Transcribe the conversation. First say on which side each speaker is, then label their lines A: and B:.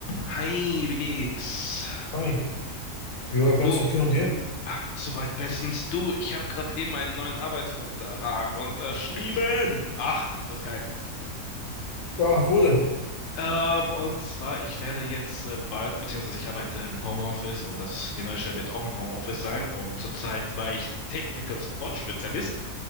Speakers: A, on the left; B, on the left.
A: Hi, wie geht's?
B: Hi. Ja,
A: Du,
B: ganz okay und dir?
A: ah, soweit bestens. Du, ich habe gerade eben einen neuen Arbeitsvertrag unterschrieben. Ah, ist das geil.
B: Ah, wo denn?
A: Ähm, und zwar, ich werde jetzt äh, bald, beziehungsweise ich arbeite im Homeoffice und das, die neue Stelle wird auch im Homeoffice sein. Und zurzeit war ich Technical Support Spezialist,